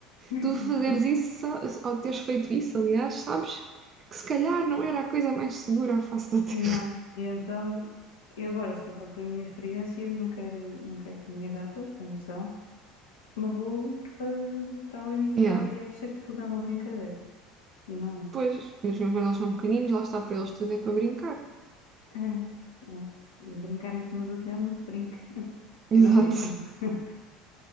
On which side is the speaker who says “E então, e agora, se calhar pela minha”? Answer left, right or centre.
Left